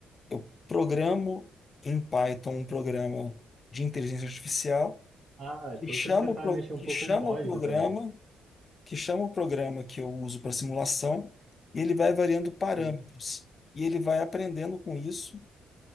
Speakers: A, on the left (about 35°); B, on the right (about 35°).
A: eu programo em Python um programa de inteligência artificial
B: Ah,
A: que
B: então
A: chama
B: você, você sabe
A: o, pro-
B: mexer um
A: que
B: pouco
A: chama
B: com código
A: o programa,
B: também.
A: que chama o programa que eu uso para simulação, e ele vai variando parâmetros.
B: Sim,
A: E ele vai aprendendo com isso